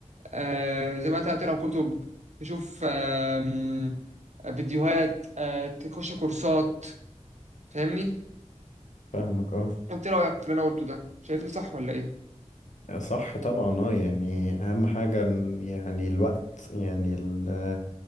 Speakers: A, on the right (about 70°); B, on the left (about 85°).
A: آه زي ما انت تقرا كتب تشوف آم، فيديوهات آه تخش كورسات فاهمني
B: فاهمك اه
A: انت ايه رايك في اللي انا قلته ده شايفني صح ولا ايه
B: صح طبعا اه يعني اهم حاجه إن- يعني الوقت يعني ال...